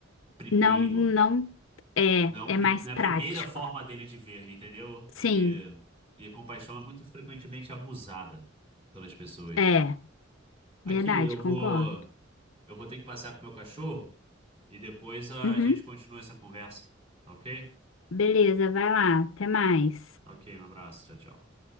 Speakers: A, on the right; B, on the left.
A: primeiro.
B: Não, não é,
A: Não é,
B: é
A: o, pri-
B: mais
A: não
B: prático.
A: é a primeira forma dele de ver, entendeu?
B: Sim,
A: E, e a compaixão é muito frequentemente abusada pelas pessoas.
B: é,
A: Aqui
B: verdade,
A: eu
B: concordo.
A: vou. Eu vou ter que passear com o meu cachorro. E depois a
B: Uhum.
A: gente continua essa conversa. Tá ok?
B: Beleza, vai lá, até mais.
A: Tá ok, um abraço. Tchau, tchau.